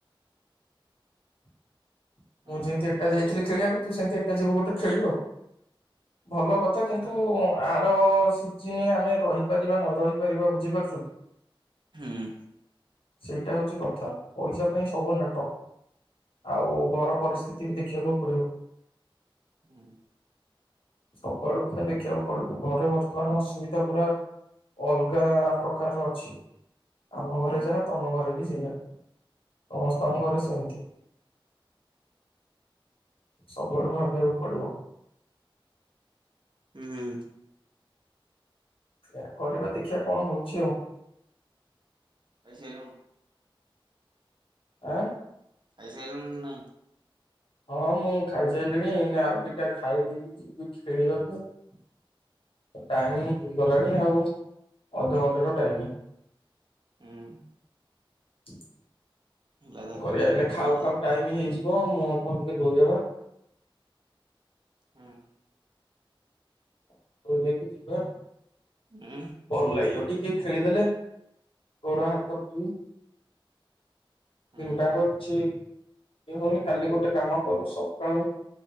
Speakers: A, on the left; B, on the right.
A: <inaudible>
B: ହୁଁ
A: ମୁଁ ଯେମିତି ଏଟା ଯାଇଥିଲି ଖେଳିବାକୁ ତୁ ସେମିତି ଏଟା ଯିବୁ ଗୋଟେ ଖେଳି ଆଉ। <inaudible> ଭଲ କଥା କିନ୍ ତୁ ଆର ସିଜିନ୍ ଆମେ ରହିପାରିବା ନ ରହିପାରିବା ବୁଝିପାରୁଚୁ।
B: ହୁଁ।
A: ସେଇଟା ହଉଛି କଥା ପଇସା ପାଇଁ ସବୁ ନାଟ। <inaudible> ଆଉ ଘର ପରିସ୍ଥିତି ବି ଦେଖିବାକୁ ପଡିବ।
B: ହୁଁ।
A: ସବୁଆଡୁ ପୁଣି ଦେଖିଆକୁ ପଡିବ। ଘରେ ବର୍ତ୍ତମାନ ଅସୁବିଧା ପୁରା, ଅଲଗା ପ୍ରକାରର ଅଛି। ଆମ ଘରେ
B: ହୁଁ ହୁଁ
A: ଯାହା ତମ ଘରେ ବି ସେଇଆ <inaudible> ସମସ୍ତଙ୍କ ଘରେ ସେମିତି। <inaudible> ସବୁଆଡୁ ଭାବିଆକୁ ପଡିବ। <inaudible>
B: ହୁଁ।
A: ଏଇଆ କରିବା ଦେଖିଆ କଣ ହୋଉଚି ଆଉ। <inaudible>
B: ଖାଇ ସାଇଲୁଣୁ?
A: ଆଁ
B: ଖାଇ ସାଇଲୁଣୁ ନା ନାଇଁ।
A: ହଁ ମୁଁ ଖାଇସାଇଲିଣି। ଏଇନା ଆଉ ଦିଇଟା ଖାଇ ଦେଇେଇକି ଯିବି ଖେଳିବାକୁ। <inaudible> ତ ଟାଇମ ହେଇଗଲାଣି ଆଉ। ଅଧଘଣ୍ଟେର ଟାଇମ।
B: ହୁଁ
A: <unintelligible>
B: ହେଲା ତ
A: କଅ କରିଆ
B: ତିନିଟା
A: ଏଇନା
B: କୋଡିଏ
A: ଖାଉ ଖାଉ
B: ଆଉ
A: ଟାଇମି ହେଇଜି ମୁଁହ ଫୁଁହ ଟିକେ ଧୋଇ ହବା। <inaudible>
B: ହୁଁ।
A: <unintelligible> ଯିବା।
B: ହୁଁ
A: ଭଲ ଲାଗବ ଟିକେ ଖେଳିଦେଲେ। ଗୋଡ ହାତ ଫି, <inaudible>
B: ହୁଁ
A: ତିନଟାଙ୍କ କିଛି ଇଏ ହଉନି, କାଲି ଗୋଟେ କାମ କର ସକାଳୁ